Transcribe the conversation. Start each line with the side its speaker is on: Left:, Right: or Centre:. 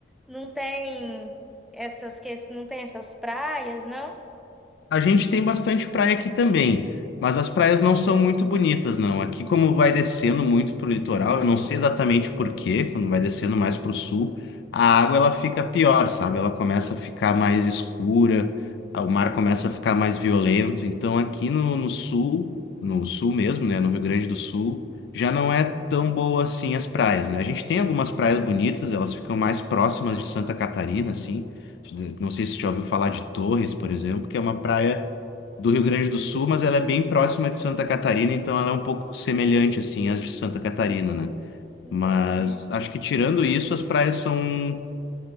Centre: Não tem essas, que- não tem essas praias, não?
Left: A gente tem bastante praia aqui também, mas as praias não são muito bonitas, não. Aqui, como vai descendo muito pro litoral, eu não sei exatamente por quê, quando vai descendo mais pro sul, a água ela fica pior, sabe? Ela começa a ficar mais escura, a- o mar começa a ficar mais violento. Então, aqui no, no sul, no sul mesmo, né, no Rio Grande do Sul, já não é tão boa assim as praias, né? A gente tem algumas praias bonitas, elas ficam mais próximas de Santa Catarina, assim. Não sei se você já ouviu falar de Torres, por exemplo, que é uma praia do Rio Grande do Sul, mas ela é bem próxima de Santa Catarina, então ela é um pouco semelhante assim às de Santa Catarina, né?
Centre: Entendi.
Left: Mas acho que tirando isso, as praias são,